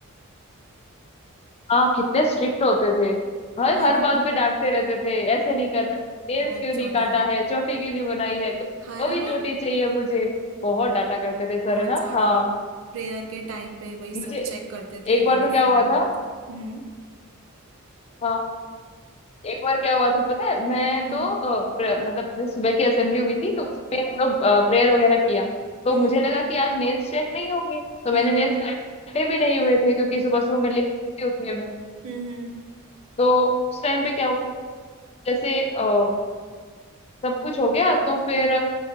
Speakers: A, on the left; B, on the right.
A: हाँ कितने स्ट्रिक्ट होते थे हर
B: है
A: हर
B: ना
A: बात पे डांटते रहते थे ऐसे नहीं करना नेल्स
B: बहुत
A: क्यों नहीं
B: ज्यादा
A: काटा है चोटी क्यों नहीं बनाई है दो,
B: है
A: दो
B: ना
A: ही चोटी चाहिए मुझे बहुत डांटा करते थे सर
B: बहुत
A: है ना
B: ज्यादा
A: हाँ
B: प्रेयर के टाइम पे वही सब
A: मुझे
B: चेक करते थे
A: एक
B: यूनिफॉर्म
A: बार तो क्या हुआ था
B: हम्म
A: हाँ, एक बार क्या हुआ था पता है मैं
B: हम्म
A: तो अ, प्र- मतलब जैसे सुबह की असेंबली हुई थी तो उसमें हम लोग प्रेयर वगैरह किया तो
B: हम्म
A: मुझे लगा कि आज नेल्स चेक नहीं होंगे तो मैंने
B: हम्म
A: नेल्स काटे भी नहीं हुए थे क्योंकि सुबह सुबह मैं लेट थी उठने में
B: हम्म हम्म
A: तो उस टाइम पे क्या हुआ जैसे अ, सब कुछ हो गया तो फिर